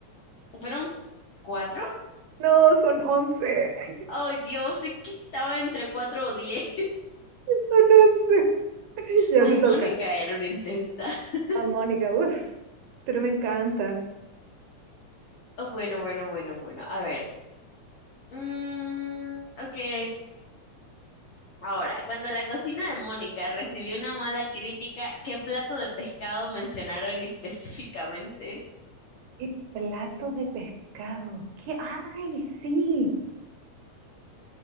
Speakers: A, on the left; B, on the right.
A: fueron cuatro.
B: No, son once, <laughs>
A: Ay, Dios, es que estaba entre cuatro o diez.
B: Son 11. Ya
A: Ay,
B: te toca.
A: Mónica era una intensa. <laughs>
B: Ah, Mónica, uff, pero me encanta.
A: Oh, Bueno, bueno, bueno, bueno. A ver. Mm, ok, ok. Ahora, cuando la cocina de Mónica recibió una mala crítica, ¿qué plato de pescado mencionaron específicamente?
B: Y plato de pescado. ¿Qué? ¡Ay, sí!